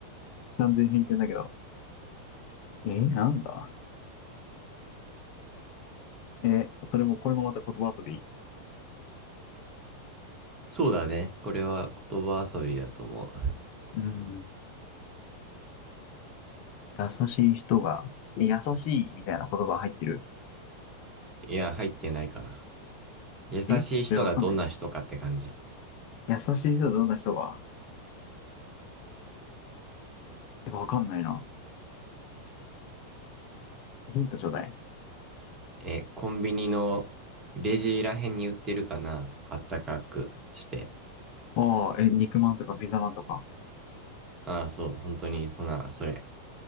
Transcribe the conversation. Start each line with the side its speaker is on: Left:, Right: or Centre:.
Left: 完全偏見だけど。えー、なんだえー、それも、これもまた言葉遊び
Right: そうだね。これは言葉遊びだと思う。
Left: うん。優しい人が、え優しいみたいな言葉入ってる。
Right: いや、入ってないかな。優しい人がどんな人かって感じ。
Left: えじゃあわかんないな。優しい人はどんな人がえ、わかんないな。ヒントちょうだい。
Right: え、コンビニのレジらへんに売ってるかなあったかくして。
Left: ああ、え、肉まんとかピザまんとか。
Right: ああ、そう、本当に、そんな、それ。